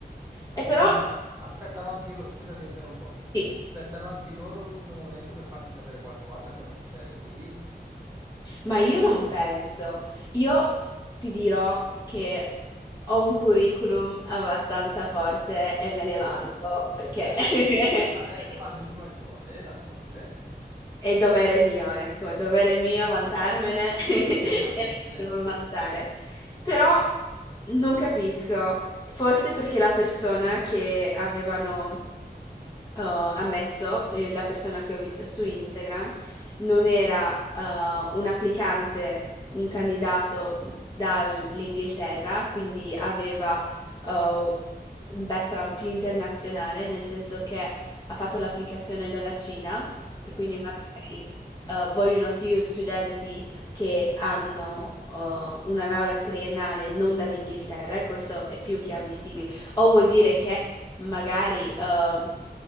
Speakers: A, on the right; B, on the left.
A: E
B: E però...
A: tanto lo- aspettano anche loro, scusa ti interrompo,
B: sì,
A: aspettano anche loro l'ultimo momento per farti sapere qualcosa, come succede qui.
B: Ma io non penso. Io ti dirò che ho un curriculum abbastanza forte e me
A: Bene.
B: ne vanto perché
A: Bene,
B: <laughs>
A: Eh, ma eh, quando ci vuole ci vuole, d'altronde.
B: È dovere mio, ecco, dovere mio vantarmene <laughs> e
A: Assolutamente,
B: me ne devo vantare. Però non capisco, forse perché la persona che avevano eh, ammesso, eh, la persona che ho visto su Instagram, non era eh, un applicante, un candidato dall'Inghilterra, quindi aveva eh, un background più internazionale, nel senso che ha fatto l'applicazione dalla Cina
A: ok,
B: e quindi magari eh, vogliono più studenti che hanno eh, una laurea triennale non dall'Inghilterra, e questo è più che ammissibile. O vuol dire
A: certo,
B: che magari ehm,